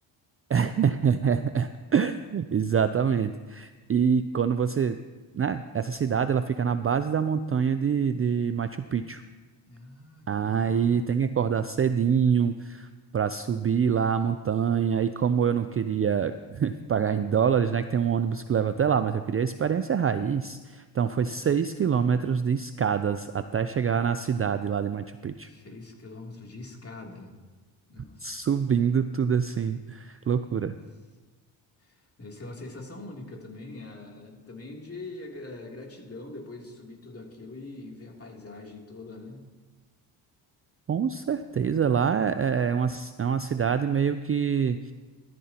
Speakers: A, on the right; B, on the left.
A: <laughs> Exatamente. E quando você, né, essa cidade, ela fica na base da montanha de, de Machu Picchu.
B: Ah,
A: Aí
B: que legal.
A: tem que acordar cedinho, para subir lá a montanha. E como eu não queria pagar em dólares, né, que tem um ônibus que leva até lá, mas eu queria a experiência raiz. Então foi seis quilômetros de escadas até chegar na cidade lá de Machu Picchu.
B: seis quilômetros de escada. Nossa.
A: Subindo tudo assim, loucura.
B: Nossa. Deve ser uma sensação única também, é, também de é, gratidão depois de subir tudo aquilo e ver a paisagem toda, né?
A: Com certeza, lá é é uma, é uma cidade meio que